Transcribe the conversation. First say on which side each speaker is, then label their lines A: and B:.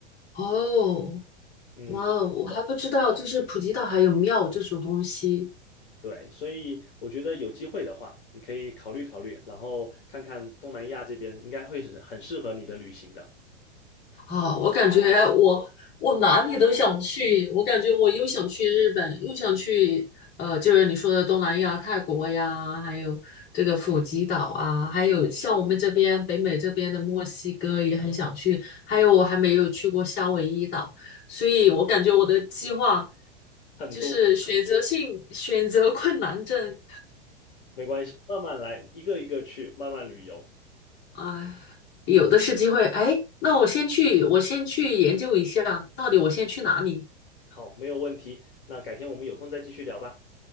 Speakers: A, on the left; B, on the left.
A: 哦，
B: 嗯，
A: 哇哦，我还不知道，
B: 不
A: 就是普吉岛还有庙这种东西。
B: 对，所以我觉得有机会的话，你可以考虑考虑，然后看看东南亚这边应该会是很适合你的旅行的。
A: 啊，我感觉我我哪里都想去，我感觉我又想去日本，又想去呃，就是你说的东南亚、泰国呀，还有这个普吉岛啊，还有像我们这边北美这边的墨西哥也很想去，还有我还没有去过夏威夷岛，所以我感觉我的计划
B: 很多。
A: 就是选择性选择困难症，
B: 没关系，慢慢来，一个一个去，慢慢旅游。
A: 哎，有的是机会，哎，那我先去，我先去研究一下，到底我先去哪里。
B: 好，没有问题。那改天我们有空再继续聊吧，